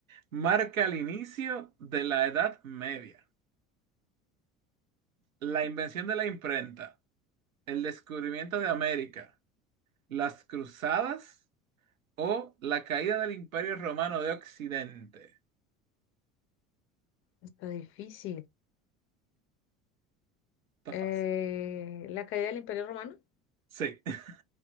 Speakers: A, on the right (about 80°); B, on the left (about 35°).
A: marca el inicio de la Edad Media? La invención de la imprenta, el descubrimiento de América, las cruzadas o la caída del Imperio Romano de Occidente.
B: está difícil.
A: Está
B: Eh,
A: fácil.
B: la caída del Imperio Romano.
A: Sí, <laughs>